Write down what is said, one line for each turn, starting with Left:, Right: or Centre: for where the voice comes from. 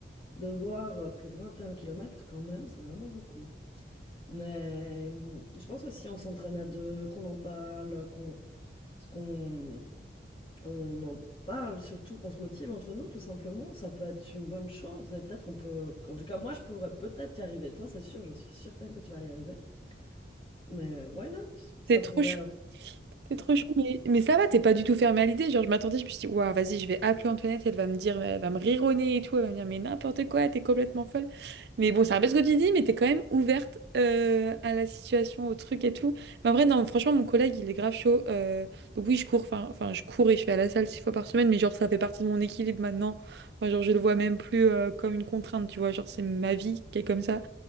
Left: de voir, euh, parce que 21 kilomètres quand même, c'est vraiment beaucoup. Mais hum, je pense que si on s'entraîne à deux, qu'on en parle, qu'on qu'on on en parle, surtout qu'on se motive entre nous, tout simplement. Ça peut être une bonne chose et peut-être qu'on peut... En tout cas, moi, je pourrais peut-être y arriver. Toi, c'est sûr, je suis certaine que tu vas y arriver. Mais why not? Ça
Right: C'est trop
Left: pourrait...
Right: chaud.
Left: euh,
Right: T'es trop chaud, mais, mais ça va, t'es pas du tout fermé à l'idée. Genre, je m'attendais, je me suis dit, waouh, vas-y, je vais appeler Antoinette, elle va me dire, elle va me rironner et tout, elle va me dire, mais n'importe quoi, t'es complètement folle. Mais bon, c'est un peu ce que tu dis, mais t'es quand même ouverte euh, à la situation, au truc et tout. Mais en vrai, non, franchement, mon collègue, il est grave chaud. euh, donc oui, je cours, enfin, enfin, je cours et je vais à la salle six fois par semaine, mais genre, ça fait partie de mon équilibre maintenant. Enfin, genre, je le vois même plus euh, comme une contrainte, tu vois, genre, c'est ma vie qui est comme ça.